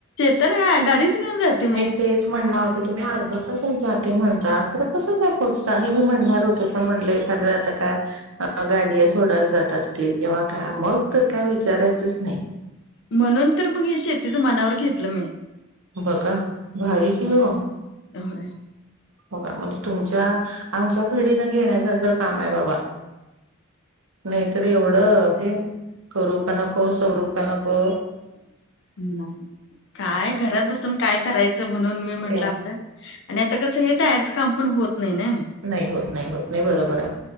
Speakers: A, on the left; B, on the right.
A: ताला काय गाडीच घेऊन जाते
B: मी तेच म्हणणार तुम्ही अर्धा तासात जाते म्हणता खरं कसं काय पोहोचता? हे मी म्हणणार होते पण म्हटले एखादं वेळ आता काय अ गाडी आहे सोडायला जात असतील किंवा काय मग तर काय विचारायचंच नाही.
A: म्हणून तर मग हे शेतीचं मनावर घेतलं मी.
B: बघा भारी की ओ.
A: होय
B: बघा म्हणजे तुमच्या आमच्या पिढीनं घेण्यासारखं काम आहे बाबा. नाहीतरी एवढं हे करू का नको? सवरू का नको?
A: नाही काय घरात बसून काय कराय म्हणून मी म्हटलं
B: ते
A: आपलं आणि आता कसं हे तळ्याचं काम पण होत नाही ना
B: नाही होत नाही होत नाही बरोबर आहे.